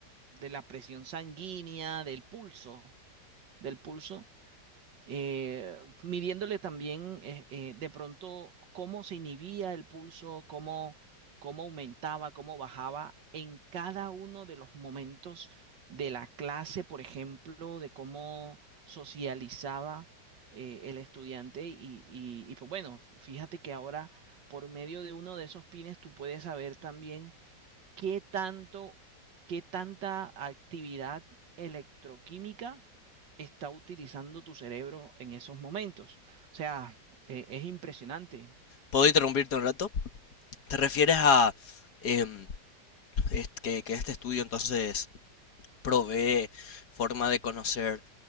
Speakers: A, on the right; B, on the left.
A: de la presión sanguínea, del pulso, del pulso, eh, midiéndole también eh, eh, de pronto cómo se inhibía el pulso, cómo, cómo aumentaba, cómo bajaba en cada uno de los momentos de la clase, por ejemplo, de cómo socializaba eh, el estudiante. Y, y, y pues bueno, fíjate que ahora por medio de uno de esos pines tú puedes saber también ¿Qué tanto, qué tanta actividad electroquímica está utilizando tu cerebro en esos momentos? O sea, eh, es impresionante.
B: ¿Puedo interrumpirte un rato? ¿Te refieres a em, est- que, que este estudio entonces provee forma de conocer